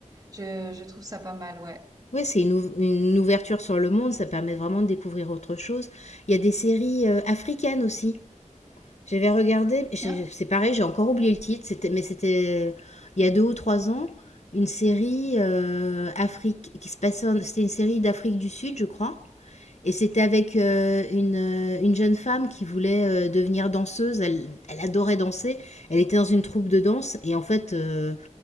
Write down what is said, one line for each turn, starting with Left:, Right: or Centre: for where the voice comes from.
Right: je, je trouve ça pas mal, ouais.
Left: Ouais, c'est une, ouv- une ouverture sur le monde, ça permet vraiment de découvrir autre chose. Il y a des séries euh, africaines aussi. J'avais regardé,
Right: Tiens,
Left: c'est pareil, j'ai encore oublié le titre, c'était, mais c'était euh, il y a deux ou trois ans, une série euh, Afrique qui se passait, en- c'était une série d'Afrique du Sud, je crois, et c'était avec euh, une, euh, une jeune femme qui voulait euh, devenir danseuse. Elle, elle adorait danser, elle était dans une troupe de danse, et en fait, euh,